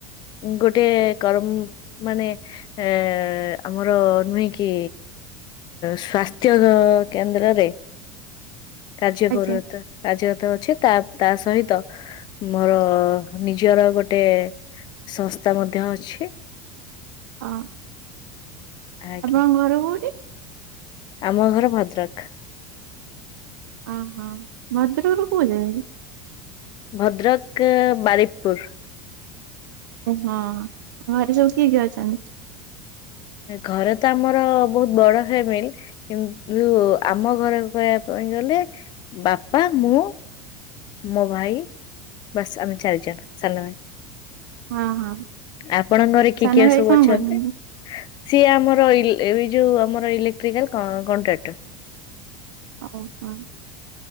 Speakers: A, on the left; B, on the right.
A: ଗୋଟେ କରମ ମାନେ ଏ ଆମର ନୁହେଁ କି ସ୍ଵାସ୍ଥ୍ୟ କେନ୍ଦ୍ରରେ
B: <inaudible>
A: କାର୍ଯ୍ୟ
B: ଆଜ୍ଞା
A: କର କାର୍ଯ୍ୟତ ଅଛି ତା ତା ସହିତ ମୋର ନିଜ ନିୟର ଗୋଟେ ସଂସ୍ଥା ମଧ୍ୟ ଅଛି।
B: ହଁ
A: ଆଜ୍ଞା
B: ଆପଣଙ୍କ ଘର କୋଉଠି।
A: ଆମ ଘର ଭଦ୍ରକ।
B: ହ ହଁ ଭଦ୍ରରୁ ଯାଏ।
A: ଭଦ୍ରକ ବାରିକପୁର।
B: ଓହଁ ଘରେ ସବୁ କିଏ କିଏ ଅଛନ୍ତି?
A: ଘରେ ତ ଆମର ବୋହୁତ ବଡ ଫ୍ୟାମିଲ, କିନ୍ତୁ ଆମ ଘରେ କହ ପାଇଁ ଗଲେ ବାପା ମୁଁ ମୋ ଭାଇ ବାସ ଆମେ ଚାରିଜଣ ସାନ ଭାଇ
B: ହଁ ହଁ
A: ଆପଣଙ୍କରେ
B: ସାନ
A: କି କିଏ
B: ଭାଇ
A: ସବୁ
B: କଣ
A: ଅଛନ୍ତି?
B: କରୁଛନ୍ତି?
A: ସିଏ ଆମର ଇ ଏଇ ଯୋଉ ଆମର ଇଲେକ୍ଟ୍ରିକାଲ କଣ୍ଟ୍ରାକ୍ଟର।
B: ଓହଃ।